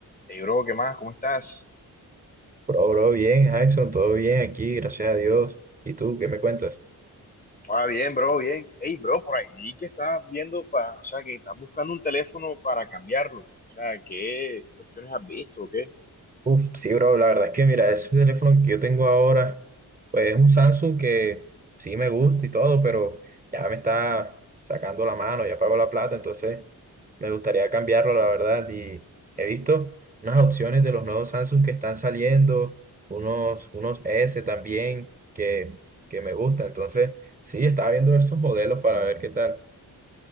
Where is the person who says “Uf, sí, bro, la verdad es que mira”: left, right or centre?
Right